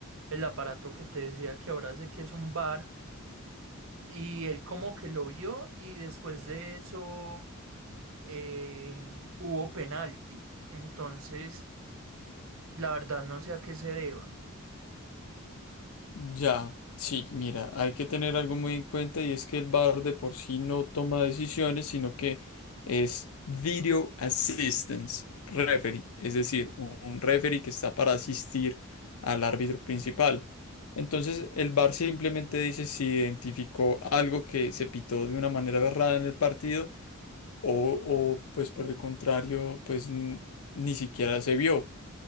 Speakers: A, on the right; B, on the left.
A: el aparato que te decía que ahora sé que es un bar Y él como que lo vio y después de eso eh, hubo penalti. Entonces, la verdad no sé a qué se deba.
B: Ya, sí, mira, hay que tener algo muy en cuenta y es que el bar de por sí no toma decisiones, sino que es Video Assistance Referee, es decir, un referee que está para asistir al árbitro principal. Entonces, el bar simplemente dice si identificó algo que se pitó de una manera errada en el partido o, o, pues por el contrario, pues n- ni siquiera se vio.